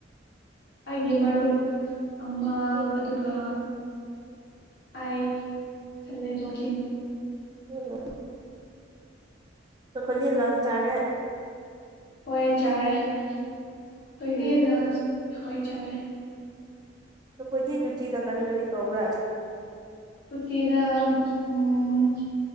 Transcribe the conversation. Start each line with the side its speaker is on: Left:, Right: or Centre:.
Left: ꯑꯩꯒꯤ ꯃꯔꯨꯞ ꯑꯃ
Right: ꯎꯝ
Left: ꯑꯗꯨꯒ ꯑꯩ ꯆꯠꯂꯦ ꯋꯥꯀꯤꯡ
Right: ꯎꯝ ꯑꯈꯣꯏꯖꯤ ꯂꯟꯁ ꯆꯥꯔꯦ
Left: ꯍꯣꯏ ꯆꯥꯔꯦ ꯑꯩꯈꯣꯏꯗꯤ
Right: ꯎꯝ
Left: ꯂꯟꯁ ꯍꯣꯏ ꯆꯥꯔꯦ
Right: ꯅꯈꯣꯏꯗꯤ ꯗ꯭ꯌꯨꯇꯤꯗ ꯀꯔꯤ ꯀꯔꯤ ꯇꯧꯕ꯭ꯔꯥ
Left: ꯇꯨꯇꯤꯅ ꯎꯝ